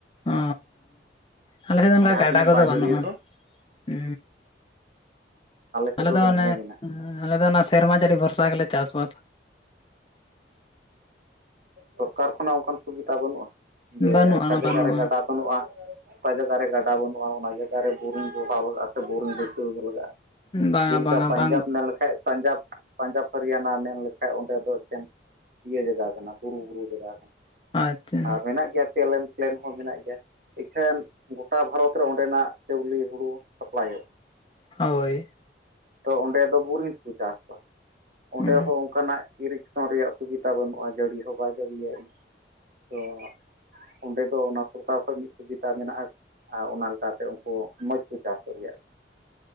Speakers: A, on the left; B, on the right.
A: ᱚ ᱟᱞᱮ ᱥᱮᱫ ᱫᱚ ᱚᱱᱠᱟ
B: ᱡᱟᱦᱟᱸ
A: ᱜᱟᱰᱟ
B: ᱛᱤᱱᱟᱹᱜ
A: ᱠᱚᱫᱚ
B: ᱵᱟᱭ
A: ᱵᱟᱹᱱᱩᱜᱼᱟ
B: ᱡᱟᱹᱲᱤ ᱨᱮᱦᱚᱸ
A: ᱩ
B: ᱥᱮᱫ
A: ᱟᱞᱮ ᱫᱚ
B: ᱫᱚᱢᱮ
A: ᱚᱱᱮ
B: ᱢᱮᱱᱟᱜᱼᱟ
A: <unintelligible> <unintelligible> ᱟᱞᱮ ᱫᱚ ᱚᱱᱟ ᱥᱮᱨᱢᱟ ᱡᱟᱹᱲᱤ ᱵᱷᱚᱨᱥᱟ ᱜᱮᱞᱮ ᱪᱟᱥ ᱵᱟᱥᱼᱟ
B: ᱥᱚᱨᱠᱟᱨ ᱠᱷᱚᱱᱟᱜ ᱚᱱᱠᱟᱱ ᱥᱩᱵᱤᱫᱷᱟ ᱵᱟᱹᱱᱩᱜᱼᱟ ᱡᱮ
A: ᱵᱟᱹᱱᱩᱜᱼᱟ
B: ᱚᱠᱟ ᱡᱟᱭᱜᱟ
A: ᱵᱟᱹᱱᱩᱜᱼᱟ
B: ᱨᱮ ᱜᱟᱰᱟ ᱵᱟᱹᱱᱩᱜᱼᱟ ᱚᱠᱟ ᱡᱟᱭᱜᱟ ᱨᱮ ᱜᱟᱰᱟ ᱵᱟᱹᱱᱩᱜᱼᱚᱠᱟ ᱡᱟᱭᱜᱟ ᱨᱮ ᱜᱟᱰᱟ ᱵᱟᱱᱝ ᱚᱱᱟ ᱡᱟᱭᱜᱟ ᱨᱮ ᱵᱩᱨᱩᱝ ᱵᱟᱹᱭᱥᱟᱹᱣ ᱞᱟᱜᱟᱜᱼᱟ ᱥᱮ ᱵᱤᱨᱤᱫ ᱵᱫᱭᱥᱟᱣ ᱜᱮ ᱟ
A: ᱵᱟᱝᱟ
B: ᱡᱮᱞᱮᱠᱟ
A: ᱵᱟᱝᱟ
B: ᱯᱟᱧᱡᱟᱵᱽ
A: ᱵᱟᱝ
B: ᱢᱮᱱ ᱞᱮᱠᱷᱟᱡ ᱯᱟᱧᱡᱟᱵᱽ ᱯᱟᱧᱡᱟᱵᱽ ᱦᱚᱨᱤᱭᱟᱱᱟ ᱢᱮᱱ ᱞᱮᱠᱷᱟᱡ ᱚᱸᱰᱮ ᱫᱚ ᱮᱠᱮᱱ ᱤᱭᱟᱹ ᱡᱟᱭᱜᱟ ᱠᱟᱱᱟ ᱵᱩᱨᱩ ᱵᱩᱨᱩ ᱡᱟᱭᱜᱟ ᱠᱟᱱᱟ
A: ᱟᱪᱪᱷᱟ
B: ᱟᱨ ᱢᱮᱱᱟᱜ ᱜᱮᱭᱟ ᱯᱮᱞᱮᱱ ᱯᱞᱮᱱ ᱦᱚᱸ ᱢᱮᱱᱟᱜ ᱜᱮᱭᱟ ᱤᱠᱷᱮᱱ ᱜᱚᱴᱟ ᱵᱷᱟᱨᱚᱛ ᱨᱮ ᱚᱸᱰᱮᱱᱟᱜ ᱪᱟᱣᱞᱤᱮ ᱦᱩᱲᱩ ᱥᱟᱯᱞᱟᱭᱚᱜᱼᱟ
A: ᱦᱳᱭ <inaudible>
B: ᱛᱚ ᱚᱸᱰᱮ ᱫᱚ ᱵᱨᱤᱝ ᱛᱮᱠᱚ ᱪᱟᱥ ᱠᱚᱣᱟ ᱚᱸᱰᱮ
A: ᱦᱩᱸ
B: ᱦᱚᱸ ᱚᱱᱠᱟᱱᱟᱜ ᱤᱨᱠᱥᱚᱱ ᱨᱮᱭᱟᱜ ᱥᱩᱵᱤᱫᱟ ᱵᱟᱹᱱᱩᱜᱼᱟ ᱡᱟᱹᱲᱤ ᱦᱚᱸ ᱵᱟᱭ ᱡᱟᱹᱲᱤᱭᱮᱫ ᱛᱚ <unintelligible> ᱚᱸᱰᱮ ᱫᱚ ᱚᱱᱟ ᱥᱚᱨᱠᱟᱨ ᱚᱠᱟ ᱠᱷᱚᱡ ᱢᱤᱫ ᱥᱩᱵᱤᱫᱟ ᱢᱮᱱᱟᱜᱼᱟ ᱟᱨ ᱚᱱᱟ ᱞᱮᱠᱟᱛᱮ ᱩᱱᱠᱩ ᱢᱚᱸᱡᱽ ᱠᱚ ᱪᱟᱥ ᱫᱮᱭᱟᱜ